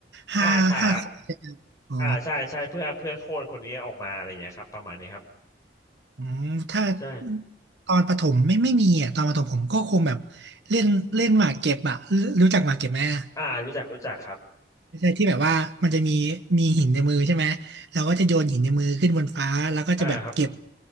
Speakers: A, on the right; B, on the left.
A: ห้าห้าคนใช่ไหมอ๋อ
B: อ่าค่ะอ่าใช่ใช่เพื่อเพื่อโค่นคนนี้ออกมาอะไรอย่างเงี้ยครับประมาณนี้ครับ
A: อืมถ้า
B: ใช่
A: ตอนประถมไม่ไม่มีอ่ะตอนประถมผมก็คงแบบเล่นเล่นหมากเก็บอ่ะรู้รู้จักหมากเก็บไหมอะ
B: อ่ารู้จักรู้จักครับ
A: ใช่ที่แบบว่ามันจะมีมีหินในมือใช่ไหมเราก็จะโยนหินในมือขึ้นบนฟ้าแล้วก็จะแบบเก็บ
B: อ่าครับ